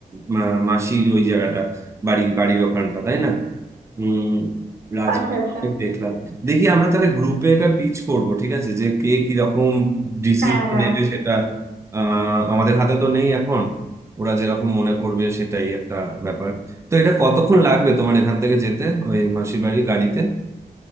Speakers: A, on the right; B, on the right.
A: মা- মাসির ওই জায়গাটা বাড়ি বাড়ির ওখানটা তাই না হম রাজবীরকে
B: আচ্ছা আচ্ছা
A: দেখলাম দেখি আমরা তাহলে গ্রুপে এটা পিচ করব ঠিক আছে যে কে কি রকম ডিসিশন
B: হ্যাঁ হ্যাঁ
A: নেবে সেটা আহ, আমাদের হাতে তো নেই এখন ওরা যেরকম মনে করবে সেটাই একটা ব্যাপার তো এটা কতক্ষণ লাগবে তোমার এখান থেকে যেতে ওই মাসির বাড়ি গাড়িতে